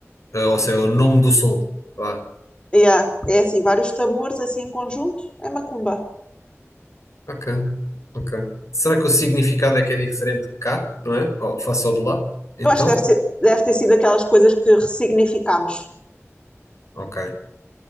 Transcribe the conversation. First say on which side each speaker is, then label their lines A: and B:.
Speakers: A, on the left (about 80°); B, on the left (about 20°).
A: Ah, ou seja, é o nome do som. Lá.
B: Yeah, é assim, vários tambores assim em conjunto, é macumba.
A: Ok, ok. Será que o significado é que é diferente de cá, não é? Ou face ao de lá? Então?
B: Eu acho que deve, ser, deve ter sido aquelas coisas que ressignificámos.
A: Ok,